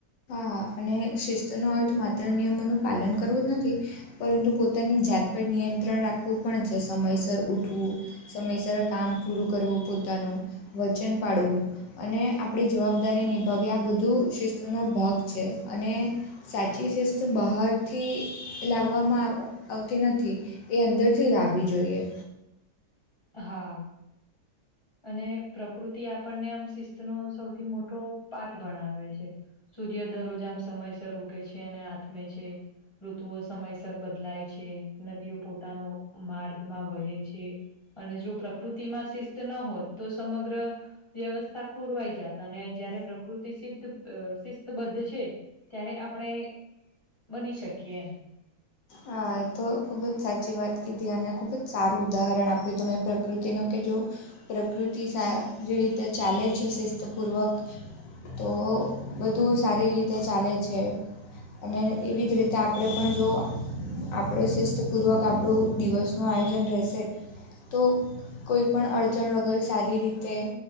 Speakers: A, on the left (about 85°); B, on the left (about 25°).
A: હા અને શિસ્તનો અર્થ માત્ર નિયમોનું પાલન કરવું જ નથી પરંતુ પોતાની જાત પર નિયંત્રણ રાખવું પણ છે, સમયસર ઉઠવું સમયસર કામ પૂરું કરવું પોતાનું વચન પાડવું અને આપણી જવાબદારી નિભાવી આ બધું શિસ્તનો ભાગ છે અને સાચી શિસ્ત બહારથી લાવવામાં આવ આવતી નથી એ અંદરથી લાવવી જોઈએ
B: હા અને પ્રકૃતિ આપણને આમ શિસ્તનો સૌથી મોટો પાઠ ભણાવ છે સૂર્ય દરરોજ આમ સમયસર ઉગે છે અને આથમે છે ઋતુઓ સમયસર બદલાય છે નદીઓ પોતાનો માર્ગ વહે છે અને જો પ્રકૃતિમાં શિસ્ત ન હોત તો સમગ્ર વ્યવસ્થા ખોરવાઈ જાતા અને જયારે પ્રકૃતિ સિદ્ધ તો બધ્ધ છે ત્યારે આપણે બની શકીએ એમ
A: હા એ તો ખૂબ જ સાચી વાત કીધી અને ખૂબ જ સારું ઉદાહરણ આપ્યું ત મેં પ્રકૃતિનું કે જો પ્રકૃતિ સારી રીતે ચાલે છે શિસ્તપૂર્વક તો બધું સારી રીતે ચાલે છે. અને એવી જ રીતે આપણે પણ જો આપણે શિસ્તપૂર્વક આપણું દિવસનું આયોજન રહેશે તો કોઈ પણ અડચણ વગર સારી રીતે